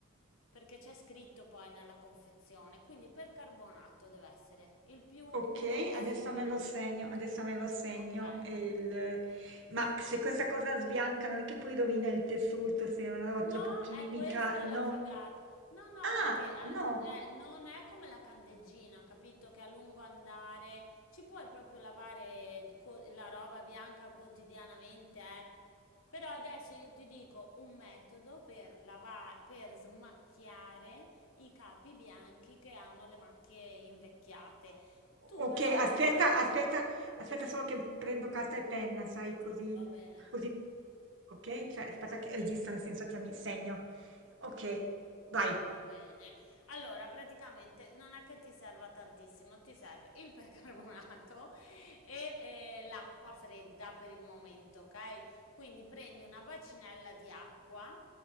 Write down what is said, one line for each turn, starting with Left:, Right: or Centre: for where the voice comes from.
Left: perché c'è scritto poi nella confezione, quindi percarbonato deve essere il più
Right: Ok,
Left: puro possibile.
Right: adesso me lo segno,
Left: O-
Right: adesso me lo segno.
Left: Ok.
Right: e il- Ma se questa cosa sbianca non è che poi rovina il tessuto se è una roba
Left: No,
Right: troppo chimica?
Left: è questa
Right: No.
Left: la figata. No, no,
Right: Ah,
Left: perché alla-
Right: no.
Left: eh, non è come la candeggina, capito? Che a lungo andare ci puoi proprio lavare quo- la roba bianca quotidianamente, eh. Però adesso io ti dico un metodo per lava- per smacchiare i capi bianchi che hanno le macchie invecchiate.
Right: Ok,
Left: Tu però
Right: aspetta,
Left: il percarbonato...
Right: aspetta, aspetta solo che prendo carta e penna, sai, così,
Left: Va bene.
Right: così. Ok, cioè, aspetta che registro, nel senso che mi segno. Ok, vai.
Left: Va bene. Allora, praticamente non è che ti serva tantissimo, ti serve il percarbonato e eh, l'acqua fredda per il momento, ok? Quindi prendi una bacinella di acqua